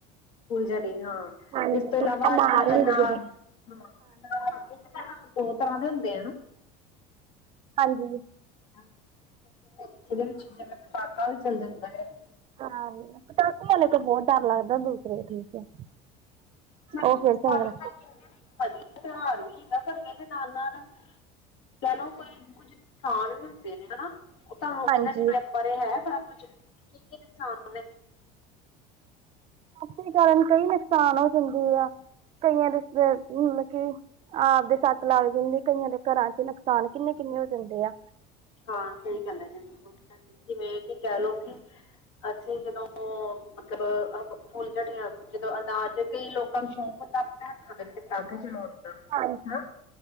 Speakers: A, on the left (about 80°); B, on the right (about 35°).
A: ਸਕੂਲ ਜਾ ਰਹੀ ਹਾਂ।
B: ਹਾਂਜੀ
A: ਤੇ ਇਸ ਤੋਂ ਇਲਾਵਾ ਅੱਜ ਕੱਲ੍ਹ
B: ਹੁੰਦੇ
A: ਅਨਾਰ
B: ਜਿਹੜੇ
A: ਹਾਂ ਅਨਾਰ ਬਹੁਤ। ਤਰ੍ਹਾਂ ਦੇ ਹੁੰਦੇ ਆ ਨਾ।
B: ਹਾਂਜੀ।
A: ਹਾਂਜੀ ਜਿਵੇਂ ਜਿਵੇਂ ਜਿਹਦੇ ਵਿੱਚ ਜਿਵੇਂ ਪਟਾਕਾ ਵੀ ਚਲ ਜਾਂਦਾ ਹੈ। ਤੇ
B: ਹਾਂ ਪਟਾਕੇ ਵਾਲੇ ਤੋਂ ਬਹੁਤ ਡਰ ਲੱਗਦਾ ਦੂਸਰੇ ਠੀਕੇ ਹੈ।
A: ਸੱਚਲੁਜ
B: ਉਹ ਫਿਰ
A: ਦਿਵਾਲੀ
B: ਚੰਗਾ
A: ਤਾਂ ਕਹਿੰਦੇ ਨੇ ਇੱਕ ਵਧੀਆ ਤਿਉਹਾਰ ਵੀ ਹੈਗਾ ਪਰ ਇਹਦੇ ਨਾਲ ਨਾਲ। ਚਲੋ ਕੋਈ ਕੁਝ ਨੁਕਸਾਨ ਵੀ ਹੁੰਦੇ ਨੇ ਹਨਾ। ਉਹ ਤਾਂ ਉਹ ਕਹਿੰਦਾ
B: ਹਾਂਜੀ
A: ਸੀ ਇਹਨਾਂ ਚੀਜ਼ਾਂ ਬਾਰੇ ਹੈ ਬੜਾ ਕੁਝ ਕੀ ਕੀ ਨੁਕਸਾਨ ਨੇ।
B: ਪਟਾਕੇ ਕਾਰਨ ਕਈ ਨੁਕਸਾਨ ਹੋ ਜਾਂਦੇ ਆ ਕਈਆਂ ਦੇ ਮਤਲਬ ਕੀ। ਆਪ ਦੇ ਸੱਟ ਲੱਗ ਜਾਂਦੀ ਹੈ। ਕਈਆਂ ਦੇ ਘਰਾਂ 'ਚ ਨੁਕਸਾਨ ਕਿੰਨੇ ਕਿੰਨੇ ਹੋ ਜਾਂਦੇ ਆ।
A: ਹਾਂ ਸਹੀ ਗੱਲ ਹੈ। ਜੀ ਬਿਲਕੁਲ ਜਿਵੇਂ ਕਿ ਕਹਿ ਲਓ ਕਿ ਅਸੀਂ ਜਦੋਂ। ਜਦੋਂ ਮਤਲਬ ਫੁੱਲਝੜੀਆਂ ਜਦੋਂ ਅਨਾਜ ਕਈ ਲੋਕਾਂ ਨੂੰ ਸ਼ੌਂਕ ਹੁੰਦਾ ਹੈ। ਕਿ ਹੱਥਾਂ ਦੇ ਵਿੱਚ ਪਟਾਕੇ ਚਲਾਉਣ। ਹਾਂ
B: ਹਾਂਜੀ
A: ਹਨਾ